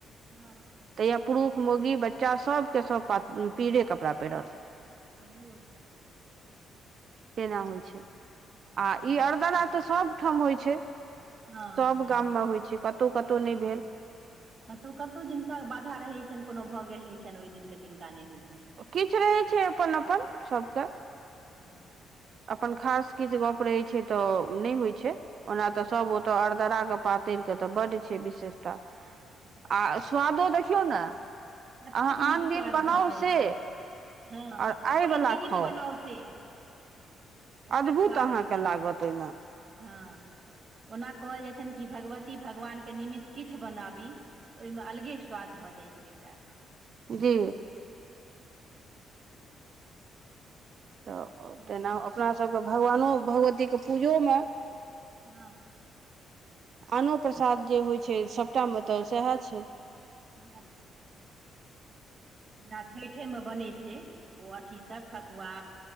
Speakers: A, on the right (about 40°); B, on the right (about 55°).
A: हां-हां।
B: तहिया पुरुष मौगी, बच्चा सबके सब पा उम्म पीरे कपड़ा पहिरत।
A: हां।
B: तेना होय छै
A: जानकारी
B: आ ई अरदरा तऽ सब ठाम होय छै।
A: हां
B: सभ
A: अरदरा
B: गाममे
A: ते सब
B: होइ छै कतहु कतहु नहि
A: हां।
B: भेल
A: कतौ-कतौ जिनका बाधा रहै छन, कुनो भऽ गेल रहै छन, ओय दिन के तिनका नै होय
B: किछ रहै छै अपन-अपन सबके।
A: हां।
B: अपन खास किछ गप रहे छै तऽ नै होय छै, ओना
A: हँ
B: तऽ सब ओता अरदरा के पातैर के तऽ बड छै विशेषता आ
A: बड विशेष
B: स्वादो देखियौ नै
A: कतेक
B: अहाँ
A: नीक
B: आन
A: स्वाद
B: दिन बनाउ
A: भऽ जाइ
B: से
A: छै हँ
B: आओर
A: आ
B: आइ
A: ओहि
B: वला
A: निमित्त
B: खाउ
A: बनाउ से ओकर
B: अद्भुत
A: स्वाद
B: अहाँके
A: अलगे
B: लागत ओहिमे
A: हँ ओना कहल जाइ छनि कि भगवती भगवान के निमित्त किछ बनाबी तऽ ओहिमे अलगे स्वाद भऽ जाइत छै एकटा
B: जी तऽ
A: आओर खेनाइ
B: तेना
A: पिनाइ मायके
B: अपना
A: सब
B: सभके
A: बनि
B: भगवानो
A: रहल
B: भगवतीके पूजोमे
A: हँ
B: आनो प्रसाद जे होइ छै सभटामे तऽ सएह छै।
A: <unintelligible> जेना छठेमे बनै छै ओ अथीसभ ठकुआ